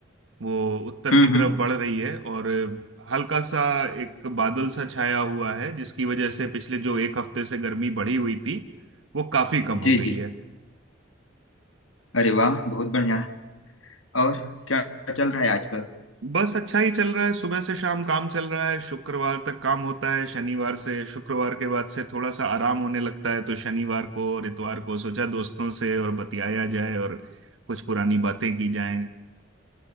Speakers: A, on the right; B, on the left.
A: वो उत्तर
B: हम्म
A: की तरफ
B: हम्म
A: बढ़ रही है और हल्का सा एक बादल सा छाया हुआ है जिसकी वजह से पिछले जो एक हफ्ते से गर्मी बढ़ी हुई थी वो काफी कम हो
B: जी
A: गई
B: जी
A: है
B: अरे वाह बहुत बढ़िया और क्या चल रहा है आजकल
A: बस अच्छा ही चल रहा है सुबह से शाम काम चल रहा है शुक्रवार तक काम होता है शनिवार से शुक्रवार के बाद से थोड़ा सा आराम होने लगता है तो शनिवार को और इतवार को सोचा दोस्तों से और बतियाया जाए और कुछ पुरानी बातें की जाएं